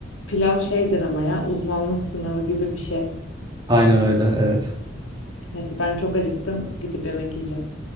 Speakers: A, on the left (about 85°); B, on the right (about 20°).
A: Pilav şeydir ama ya uzmanlık sınavı gibi bir şey.
B: Aynen öyle, evet.
A: Neyse ben çok acıktım gidip yemek yiyeceğim.